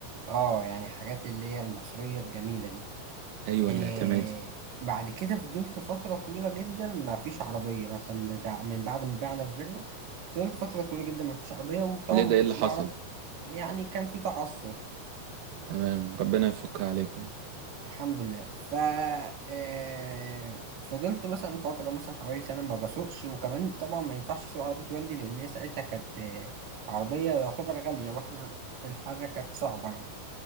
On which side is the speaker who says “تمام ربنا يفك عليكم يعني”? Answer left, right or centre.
Right